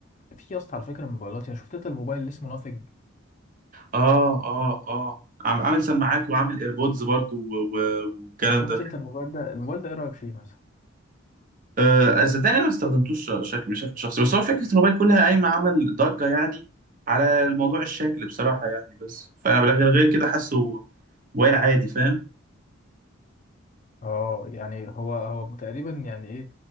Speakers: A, on the left; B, on the right.
A: في يا اسطى على فكرة موبايلات يعني شفت انت الموبايل اللي اسمه ناثينج
B: اه اه اه عم عامل سماعات وعامل ايربودز برضو و- و- والكلام
A: شفت
B: ده
A: انت الموبايل ده الموبايل ده ايه رأيك فيه مثلا
B: آه، صدقني أنا ما استخدمتوش شكل بشكل شخصي بس هو فكره الموبايل كلها قايمه عمل ضجه يعني على الموضوع الشكل بصراحه يعني بس فانا غير غير كده حاسه موبايل عادي فاهم
A: اه يعني هو هو تقريبا يعني ايه